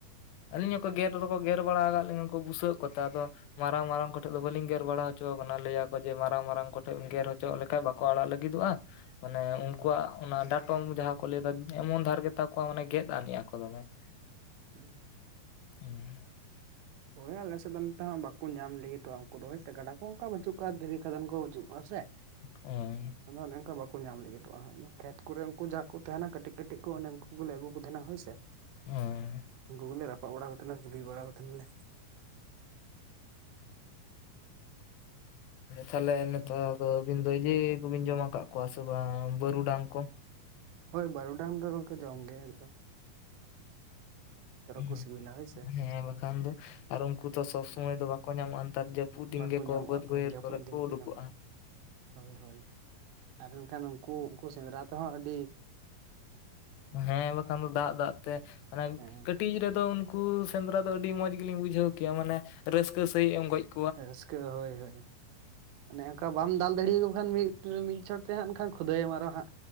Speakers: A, on the left (about 85°); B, on the right (about 85°).
A: ᱟᱹᱞᱤᱧ ᱦᱚᱸ ᱠᱚ ᱜᱮᱨ ᱫᱚᱠᱚ ᱜᱮᱨ ᱵᱟᱲᱟ ᱟᱠᱟᱫ ᱞᱤᱧᱟ ᱩᱱᱠᱩ ᱵᱩᱥᱟᱹᱜ ᱠᱚᱛᱮ ᱟᱫᱚ ᱢᱟᱨᱟᱝ ᱢᱟᱨᱟᱝ ᱠᱚ ᱴᱷᱮᱡ ᱫᱚ ᱵᱟᱹᱞᱤᱧ ᱜᱮᱨ ᱵᱟᱲᱟ ᱦᱚᱪᱚ ᱟᱠᱟᱱᱟ, ᱞᱟᱹᱭᱟᱠᱚ ᱡᱮ ᱢᱟᱨᱟᱝ ᱢᱟᱨᱟᱝ ᱠᱚᱴᱷᱮᱱ ᱜᱮᱨ ᱦᱚᱪᱚ ᱞᱮᱠᱷᱟᱡ ᱵᱟᱠᱚ ᱟᱲᱟᱜ ᱞᱟᱹᱜᱤᱫᱚᱜᱼᱟ ᱾ ᱢᱟᱱᱮ
B: ᱦᱩᱸ
A: ᱩᱱᱼᱼ ᱚᱱᱟ ᱰᱟᱴᱚᱢ ᱡᱟᱦᱟᱸ ᱠᱚ ᱞᱟᱹᱭᱫᱟ ᱮᱢᱚᱱ ᱫᱷᱟᱨ ᱜᱮᱛᱟ ᱠᱚᱣᱟ ᱢᱟᱱᱮ ᱜᱮᱫ ᱟᱱᱤᱡ ᱟᱠᱚ ᱫᱚᱢᱮ ᱾
B: ᱦᱩᱸ ᱾
A: ᱦᱩᱸ ᱾
B: ᱦᱳᱭ ᱟᱞᱮ ᱥᱮᱫ ᱫᱚ ᱱᱚᱛᱮ ᱦᱚᱸ ᱵᱟᱠᱚ ᱧᱟᱢ ᱞᱟᱹᱜᱤᱫᱚᱜᱼᱟ ᱩᱱᱠᱩ ᱫᱚ ᱥᱮ ᱜᱟᱰᱟ ᱠᱚ ᱚᱱᱠᱟ ᱵᱟᱹᱪᱩᱜ ᱠᱟᱜᱼᱟ ᱫᱷᱤᱨᱤᱼᱼ ᱠᱷᱟᱫᱟᱱ ᱠᱚ ᱵᱟᱹᱪᱩᱜᱼᱟ ᱥᱮ ᱾
A: ᱩᱸ
B: ᱟᱫᱚ ᱚᱱᱮ ᱚᱝᱠᱟ ᱵᱟᱠᱚ ᱧᱟᱢ ᱞᱟᱹᱜᱤᱫᱚᱜᱼᱟ ᱦᱟᱸᱜ, ᱠᱷᱮᱛ ᱠᱚᱨᱮ ᱩᱱᱠᱩ ᱡᱟᱦᱟᱸᱼᱼ ᱠᱚ ᱛᱟᱦᱮᱱᱟ ᱠᱟᱹᱴᱤᱡ ᱠᱟᱹᱴᱤᱡ ᱠᱚ, ᱚᱱᱮ ᱩᱱᱠᱩ ᱠᱚᱞᱮ ᱟᱹᱜᱩ ᱠᱚ ᱛᱟᱦᱮᱱᱟ ᱦᱳᱭ ᱥᱮ
A: ᱦᱩᱸ
B: ᱾ ᱩᱱᱠᱩ ᱜᱮᱞᱮ ᱨᱟᱯᱩᱫᱼᱼ <unintelligible> ᱵᱟᱲᱟ ᱠᱚ ᱛᱟᱦᱮᱱᱟᱞᱮ ᱾
A: ᱛᱟᱦᱞᱮ ᱱᱮᱛᱟᱨ ᱫᱚ ᱟᱹᱵᱤᱱ ᱫᱚ ᱡᱮ ᱠᱚ ᱵᱤᱱ ᱡᱚᱢ ᱟᱠᱟᱜ ᱠᱚᱣᱟ ᱥᱮ ᱵᱟᱝ ᱵᱟᱹᱨᱩᱰᱟᱝ ᱠᱚ?
B: ᱦᱳᱭ ᱵᱟᱹᱨᱩᱰᱟᱝ ᱫᱚ ᱜᱚᱢᱠᱮ ᱡᱚᱢ ᱜᱮᱭᱟ ᱮᱠᱫᱚᱢ ᱼᱼ
A: ᱦᱩᱸᱻ
B: ᱠᱚ ᱥᱤᱵᱤᱞᱟ ᱦᱳᱭ ᱥᱮ
A: ᱦᱮᱸ ᱵᱟᱠᱷᱟᱱ ᱫᱚ ᱟᱨ ᱩᱱᱠᱩ ᱛᱚ ᱥᱚᱵ ᱥᱚᱢᱚᱭ ᱫᱚ ᱵᱟᱼᱼ ᱠᱚ ᱧᱟᱢᱚᱜᱼᱟ ᱱᱮᱛᱟᱨ ᱡᱟᱹᱯᱩᱫ ᱫᱤᱱ
B: ᱵᱟᱠᱚ
A: ᱜᱮᱠᱚ
B: ᱧᱟᱢᱚᱜᱼᱟ
A: ᱵᱟᱹᱫ ᱵᱟᱹᱭᱦᱟᱹᱲ
B: ᱡᱟᱹᱯᱩᱫ
A: ᱠᱚᱨᱮ
B: ᱫᱤᱱ
A: ᱠᱚ ᱩᱰᱩᱠᱚᱜᱼᱟ
B: ᱧᱟᱢᱚᱜᱼᱟ
A: ᱾
B: ᱦᱳᱭ ᱦᱳᱭ ᱟᱨ ᱮᱱᱠᱷᱟᱱ ᱩᱱᱠᱩ ᱩᱱᱠᱩ ᱥᱮᱸᱫᱽᱨᱟ ᱛᱮᱦᱚᱸ ᱟᱹᱰᱤᱼᱼ
A: ᱦᱮᱸ ᱵᱟᱠᱷᱟᱱ ᱫᱚ ᱫᱟᱜ ᱫᱟᱜ ᱛᱮ ᱚᱱᱮ
B: ᱦᱮᱸ
A: ᱠᱟᱹᱼᱼ ᱴᱤᱡ ᱨᱮᱫᱚ ᱩᱱᱠᱩ ᱥᱮᱸᱫᱽᱨᱟ ᱫᱚ ᱟᱹᱰᱤ ᱢᱚᱡᱽ ᱜᱮᱞᱤᱧ ᱵᱩᱡᱷᱟᱹᱣ ᱠᱮᱭᱟ ᱢᱟᱱᱮ ᱨᱟᱹᱥᱠᱟᱹ ᱥᱟᱺᱦᱤᱡ ᱮᱢ ᱜᱚᱡ ᱼᱼ
B: ᱨᱟᱹᱥᱠᱟᱹ ᱦᱳᱭ ᱦᱳᱭ ᱚᱱᱮ ᱚᱱᱠᱟ ᱵᱟᱢ ᱫᱟᱞ ᱫᱟᱲᱤᱭᱟᱠᱚ ᱠᱷᱟᱱ ᱜᱮᱼᱼ ᱢᱤᱫ ᱪᱷᱚᱴ ᱛᱮ ᱦᱟᱸᱜ ᱮᱱᱠᱷᱟᱱ ᱠᱷᱩᱫᱟᱹᱭ ᱮᱢ ᱟᱨᱚ ᱦᱟᱸᱜ